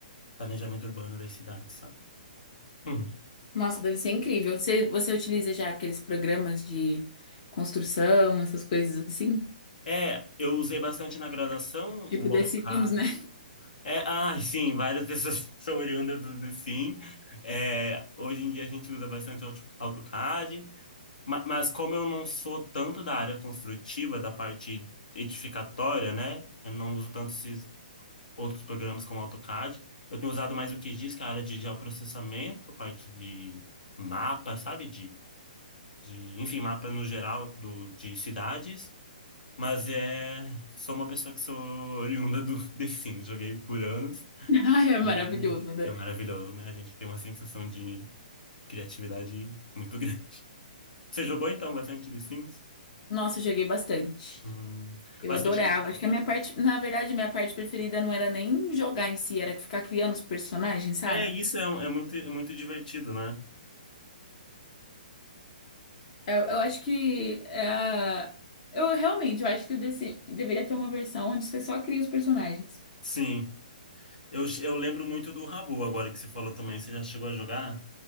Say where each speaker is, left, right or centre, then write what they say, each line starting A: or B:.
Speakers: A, on the left; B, on the left.
A: planejamento urbano das cidades, sabe? Uhum.
B: Nossa, deve ser incrível. Você, você utiliza já aqueles programas de construção, essas coisas assim?
A: É, eu usei bastante na graduação
B: Tipo
A: o
B: The
A: AutoCAD.
B: Sims, né?
A: É, ah, sim, várias pessoas <laughs> são oriundas do, do Sim. É, hoje em dia a gente usa bastante Auto- AutoCAD, ma- mas como eu não sou tanto da área construtiva, da parte edificatória, né? Eu não uso tanto esses outros programas como AutoCAD. Eu tenho usado mais o que diz que é a área de geoprocessamento, parte de mapa, sabe? de, enfim, mapa no geral do, de cidades. Mas é, sou uma pessoa que sou oriunda do <laughs> The Sims, joguei por anos
B: <laughs> Ai, é maravilhoso,
A: e
B: né?
A: é maravilhoso, né? A gente tem uma sensação de criatividade muito <laughs> grande. Você jogou então bastante The Sims?
B: Nossa, eu joguei bastante.
A: Hum.
B: Eu
A: Mas
B: adorava.
A: você che-
B: Acho que a minha parte, na verdade, minha parte preferida não era nem jogar em si, era ficar criando os personagens, sabe?
A: É, isso é, um- é muito, é muito divertido, né?
B: Eu, eu acho que é a- eu realmente, eu acho que o The Sims deveria ter uma versão onde você só cria os personagens.
A: Sim. Eu, eu lembro muito do Rabu agora que você falou também. Você já chegou a jogar?